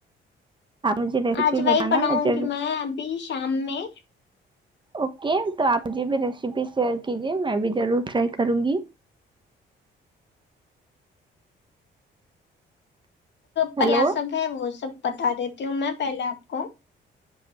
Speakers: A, on the right; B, on the left.
A: آپ مجھے ریسیپی
B: آج وہی
A: بتانا
B: بناوں
A: ضرور
B: گی میں ابھی شام میں
A: اوکے تو آپ مجھے بھی ریسیپی شیئر کیجیے میں بھی ضرور ٹرائی کروں گی
B: پریا
A: ہیلو
B: سب ہے وہ سب بتا دیتی ہوں میں پہلے آپ کو